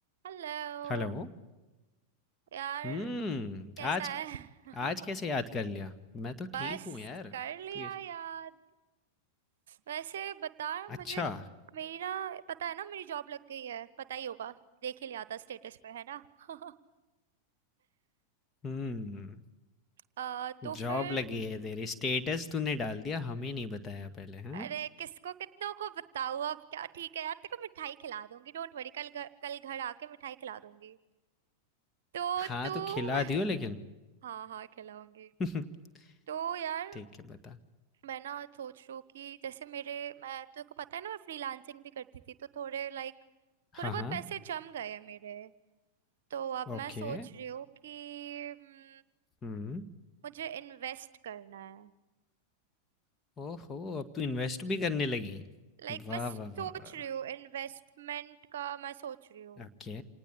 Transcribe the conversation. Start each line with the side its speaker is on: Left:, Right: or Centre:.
Right: Hello
Left: Hello.
Right: यार
Left: हम्म,
Right: कैसा
Left: आज
Right: है <laughs>
Left: आज कैसे याद कर लिया? मैं तो ठीक
Right: बस
Left: हूँ यार।
Right: कर लिया
Left: तू ये
Right: याद वैसे बता
Left: अच्छा।
Right: मुझे मेरी ना पता है ना मेरी जॉब लग गई है पता ही होगा देख ही लिया था स्टेटस पे है ना <laughs>
Left: हम्म,
Right: अ, तो फिर
Left: जॉब लगी है तेरी। स्टेटस तूने डाल दिया, हमें नहीं बताया पहले, हाँ?
Right: अरे किसको कितनों को बताऊँ अब क्या ठीक है यार तेरे को मिठाई खिला दूंगी डोंट वरी कल घर कल घर आके मिठाई खिला दूंगी तो
Left: हाँ,
Right: तू
Left: तो
Right: <laughs>
Left: खिला दियो लेकिन।
Right: हाँ हाँ खिलाऊंगी
Left: <laughs>
Right: तो यार
Left: ठीक है, बता।
Right: मैं ना सोच रही हूँ कि जैसे मेरे मैं तेरे को पता है ना मैं फ्रीलांसिंग भी करती थी तो थोड़े लाइक
Left: हाँ,
Right: थोड़े बहुत
Left: हाँ।
Right: पैसे जम गए हैं मेरे तो अब
Left: ओके।
Right: मैं सोच रही हूँ कि हम्म,
Left: हम्म।
Right: मुझे इन्वेस्ट करना है
Left: ओहो, अब तू इन्वेस्ट भी करने लगी।
Right: लाइक
Left: वाह,
Right: मैं सोच
Left: वाह, वाह, वाह,
Right: रही
Left: वाह।
Right: हूँ इन्वेस्टमेंट का मैं सोच रही हूँ
Left: Okay,